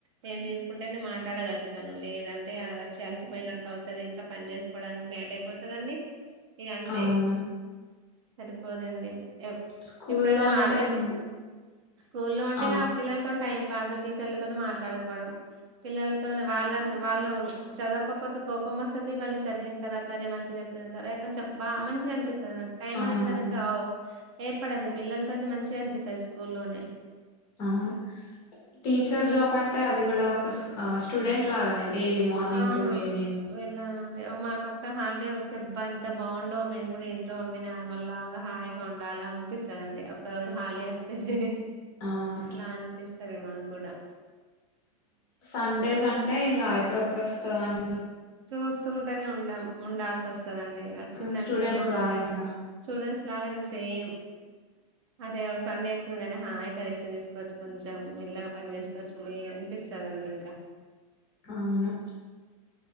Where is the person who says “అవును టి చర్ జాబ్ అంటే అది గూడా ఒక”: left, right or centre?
Left